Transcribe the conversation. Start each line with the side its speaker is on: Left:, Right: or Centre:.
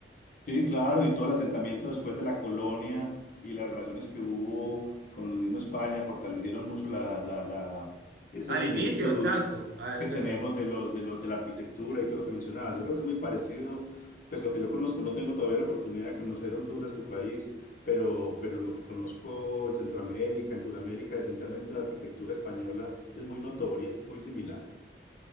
Left: Sí, claro, y todo el asentamiento después de la colonia y las relaciones que hubo con el mismo España fortalecieron mucho la, la, la, esa
Right: Al
Left: similitud
Right: inicio, exacto. Ah,
Left: que tenemos
Right: que-
Left: de los, de los, de la arquitectura y todo lo que mencionabas. Yo creo que es muy parecido, pues lo que yo conozco, no tengo todavía la oportunidad de conocer Honduras, tu país, pero, pero lo que conozco en Centroamérica, en Sudamérica, esencialmente la arquitectura española es muy notoria, es muy similar.